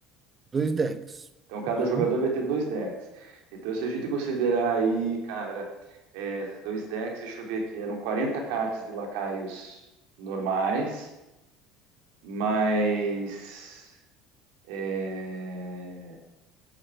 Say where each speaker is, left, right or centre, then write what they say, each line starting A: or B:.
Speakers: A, on the right; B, on the right.
A: Dois decks.
B: Então, cada
A: Uhum.
B: jogador vai ter dois decks. Então, se a gente considerar aí, cara, é, dois decks, deixa eu ver aqui, eram 40 cartas de lacaios normais, mais é,